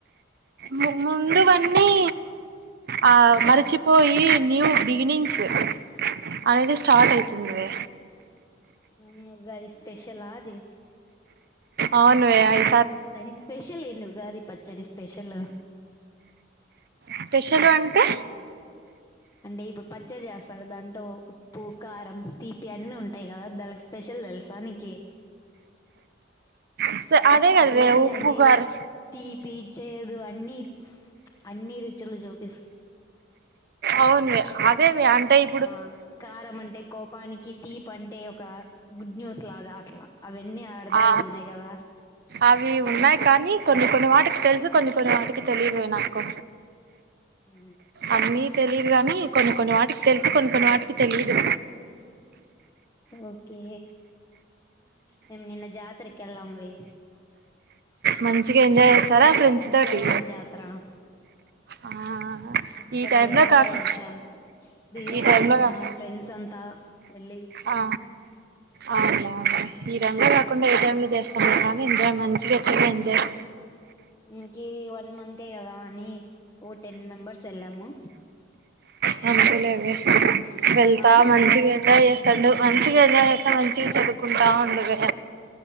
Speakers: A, on the right; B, on the left.
A: మామ్మ ముందువన్నీ ఆ మరిచిపోయి న్యూ బిగినింగ్స్ అనేది స్టార్ట్ అయి తుందివే
B: ఉగ్గే ఉగాది స్పెషలా అది
A: అవునోయి అయ్
B: నని స్పెషల్ లే నువ్ ఉగాది పచ్చడి స్పెషల్
A: స్పెషల్ అం టే
B: అంటే ఇప్పుడు పచ్చడి చేస్తారు దాంట్లో ఉప్పు కారం తీపి అన్ని ఉంటాయి కదా దానికి స్పెషల్ తెలుసా నీకి
A: స్పె- అదే
B: వాటి
A: కదవే
B: గురించి
A: ఉప్పు
B: అంటే
A: కారం
B: తీపి చేదు అన్ని అన్ని రుచులు చూపు
A: అవునువి అదేవి అంటేయ్
B: ఆ కారం అంటే కోపానికి తీప్ అంటే ఒక గుడ్ న్యూస్ లాగా అట్లా అవన్నీ అర్ధాలు
A: ఆ
B: ఉన్నాయి కదా
A: అవి ఉన్నాయి కానీ కొన్ని కొన్ని వాటికి తెలుసు కొన్ని కొన్ని వాటికి తెలిదువే నాకు
B: ఉ
A: అన్నీ తెలిదు ఇది కాని కొన్ని కొన్ని వాటికి తెలుసు కొన్ని కొన్ని వాటికి తెలియదు
B: ఓకే మేము నిన్న జాతరకు ఏళ్ళాం వే
A: మంచిగా ఎంజాయ్ ఏసు తరా ఫ్రెంచితోటి
B: ముత్యాలమ్మ జాతర
A: ఆ
B: సూపర్
A: ఈ టైమ్
B: గా
A: లో
B: ఎంజాయ్
A: కాకు
B: చేసాం బిర్యానీ
A: ఈ టైమ్
B: చేసుకున్నాం
A: లో కాకు
B: ఫ్రెండ్స్ అంతా వెళ్ళి
A: ఆ అవునులే ఈ టైం లో కాకుండా ఏ టైం లో చేస్తాం కానీ ఎంజాయ్ మంచిగా చెయ్ ఎంజాయ్
B: ఇంకి వన్ మంతే కదా అని ఓ టెన్ మెంబర్స్ వెళ్ళమో
A: నచ్చలేవే వెళ్తా
B: ఆ
A: మంచి గైనా ఎల్ సండు మంచిగా ఎంజాయ్ చేస్తా మంచిగా చదువుకుంటా ఉండవే